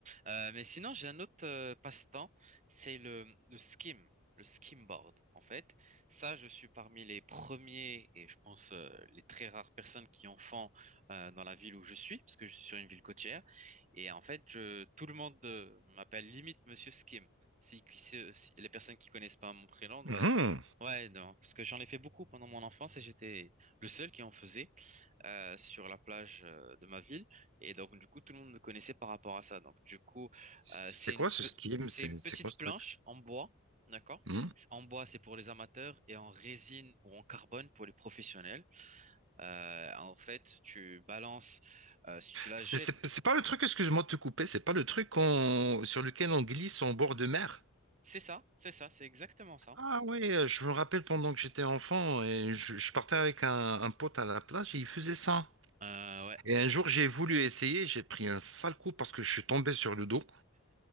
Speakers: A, on the right (about 35°); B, on the right (about 65°).
A: Euh, mais sinon, j'ai un autre euh, passe-temps, c'est le, le skim, le skimboard, en fait. Ça, je suis parmi les premiers et je pense euh, les très rares personnes qui en font euh, dans la ville où je suis, parce que je suis sur une ville côtière. Et en fait, je, tout le monde euh, m'appelle limite Monsieur Skim. Si, si- si- les personnes qui connaissent pas mon prénom, bah,
B: Mhm.
A: ouais, non, parce que j'en ai fait beaucoup pendant mon enfance et j'étais le seul qui en faisait euh, sur la plage euh, de ma ville. Et donc, du coup, tout le monde me connaissait par rapport à ça. Donc, du coup,
B: C'est
A: euh, c'est
B: quoi
A: une,
B: ce
A: pe-
B: skim?
A: c'est
B: C'est
A: une
B: c'est
A: petite
B: quoi ce
A: planche
B: truc?
A: en bois, d'accord?
B: Hmm
A: C'est- En bois, c'est pour les amateurs et en résine ou en carbone pour les professionnels. Euh, en fait, tu balances, euh, si tu la
B: C'est
A: jettes,
B: c'est- c'est pas le truc, excuse-moi de te couper, c'est pas le truc qu'on- sur lequel on glisse en bord de mer.
A: c'est ça, c'est ça, c'est exactement ça.
B: Ah oui, euh, je me rappelle pendant que j'étais enfant et je, je partais avec un, un pote à la plage et il faisait ça.
A: Euh, ouais,
B: Et un jour j'ai voulu essayer, j'ai pris un sale coup parce que je suis tombé sur le dos.